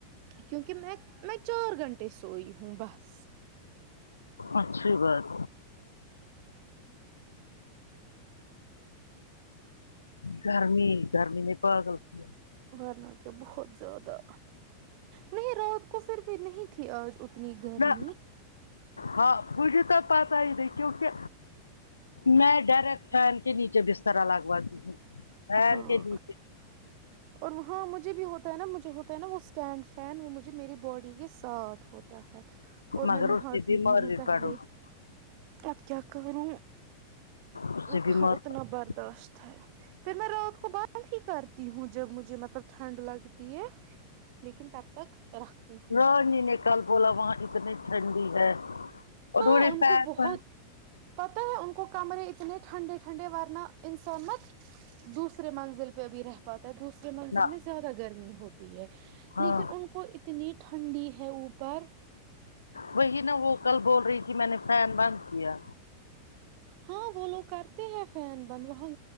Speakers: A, on the right; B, on the left.
A: کیونکہ میں میں چار گھنٹے سوئی ہوں بس
B: اچھی بات گرمی گرمی نے پاگل سے
A: ورناہ کیا بہت زیادہ نہیں رات کو پھر بھی نہیں تھی آج اتنی گرمی
B: نہ ہاں مجھے تو پتہ ہی نہیں کیونکہ میں ڈائریکٹ فین کے نیچے بسترا لگواتی ہوں فین
A: ہاں
B: کے نیچے
A: اور وہاں مجھے بھی ہوتا ہے نا مجھے ہوتا ہے نا وہ اسٹینڈ فین وہ مجھے میری باڈی کے ساتھ ہو تا ہے اور
B: مگر
A: میں نہاتی
B: اس سے بیمار
A: بھی ہوں پہلے
B: پڑو گی
A: اب کیا کروں
B: اس
A: وہ
B: سے بیمار
A: کہاں اتنا
B: پڑو
A: برداشت ہے پھر میں رات کو بند ہی کرتی ہوں جب مجھے مطلب ٹھنڈ لگتی ہے لیکن تب تک رقھتی ہوں
B: اور نہیں کل بولا وہاں اتنی ٹھنڈی ہے انہوں
A: ہاں
B: نے
A: ان
B: فین
A: کو بہت
B: بند
A: پتہ ہے ان کو کمرے اتنے ٹھنڈے ٹھنڈے ورنہ انسان مت دوسرے منزل پہ بھی رہت پاتا حہ دوسرے منزل
B: نہ
A: میں زیادہ گرمی ہوتی ہے
B: ہاں
A: لیکن ان کو اتنی ٹھنڈی ہے اوپر
B: وہی نہ وہ کل بول رہی کہ میں نے فین بند کیا
A: ہاں وہ لوگ کرتے ہیں فین بند وہاں